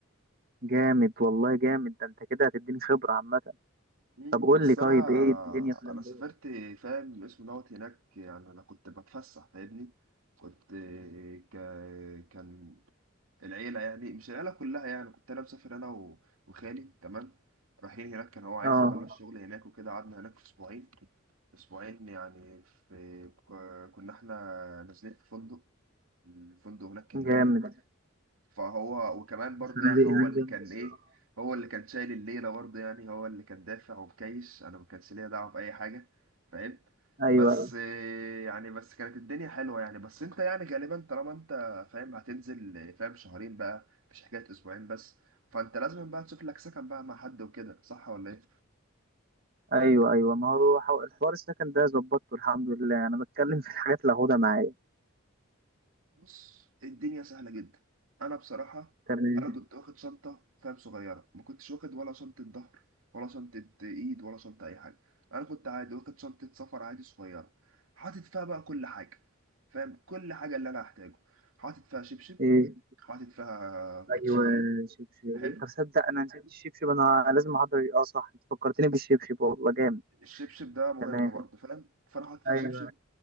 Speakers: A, on the right; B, on the right.
A: جامد والله جامد ده انت كده هتديني خبره عامه
B: مم،
A: طب قول
B: بس
A: لي طيب
B: انا
A: ايه الدنيا في الامارات
B: انا سافرت فاهم اسمه دوت هناك يعني انا كنت بتفسح فاهمني كنت ك... كان العيله يعني مش العيله كلها يعني كنت انا مسافر انا و... وخالي تمام رايحين هناك كان هو عايز
A: اه
B: يخلص شغل هناك وكده قعدنا هناك اسبوعين اسبوعين يعني في ك- كنا احنا نازلين في فندق الفندق هناك كان
A: جامد
B: جامد فهو وكمان برضه
A: الفنادق
B: يعني هو
A: هناك
B: اللي
A: جامدة
B: كان
A: الصراحة.
B: ايه هو اللي كان شايل الليله برضه يعني هو اللي كان دافع ومكيش انا ما كانش ليا دعوه باي حاجه فاهم
A: ايوه
B: بس آه، يعني بس كانت الدنيا حلوه يعني بس انت يعني غالبا طالما انت فاهم هتنزل آه، فاهم شهرين بقى مش حكايه اسبوعين بس فانت لازم بقى تشوف لك سكن بقى مع حد وكده صح ولا ايه
A: ايوه ايوه ما هو حو- الحوار السكن ده ظبطته الحمد لله انا بتكلم في الحاجات اللي هاخدها معايا
B: بص الدنيا سهلة جدا أنا بصراحة
A: تمام
B: أنا كنت واخد شنطة فاهم صغيرة ما كنتش واخد ولا شنطة ظهر ولا شنطة إيد ولا شنطة أي حاجة أنا كنت عادي واخد شنطة سفر عادي صغيرة حاطط فيها بقى كل حاجة فاهم كل حاجة اللي أنا هحتاجه حاطط فيها شبشب
A: ايه
B: حاطط فيها كوتشيين
A: ايوه شبشب
B: حلو
A: انت تصدق انا نسيت الشبشب انا لازم احضر اه صح أنت فكرتني بالشبشب والله جامد
B: الشبشب ده مهم
A: تمام
B: برضه فاهم فأنا حاطط فيها
A: ايوه
B: شبشب